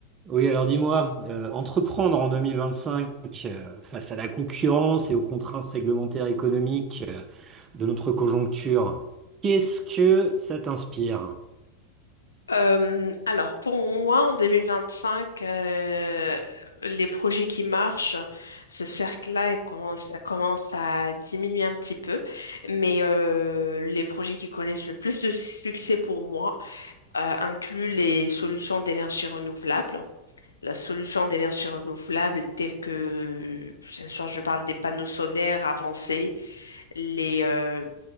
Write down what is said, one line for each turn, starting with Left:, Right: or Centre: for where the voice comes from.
Right: Oui, alors dis-moi, euh, entreprendre en 2025 euh, face à la concurrence et aux contraintes réglementaires économiques euh, de notre conjoncture, qu'est-ce que ça t'inspire?
Left: Euh, alors, pour moi, en 2025, euh, les projets qui marchent, ce cercle-là, il commence- ça commence à diminuer un petit peu. Mais euh, les projets qui connaissent le plus de succès pour moi euh, incluent les solutions d'énergie renouvelable. La solution d'énergie renouvelable telle que, bien sûr, je parle des panneaux solaires avancés, les, euh,